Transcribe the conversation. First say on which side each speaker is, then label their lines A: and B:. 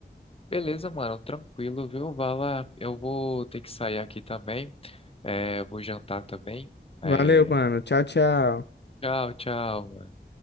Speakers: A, on the left; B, on the left.
A: Beleza, mano, tranquilo, viu? Vai lá. Eu vou ter que sair aqui também. É, vou jantar também.
B: Valeu,
A: É,
B: mano. Tchau, tchau.
A: tchau, tchau.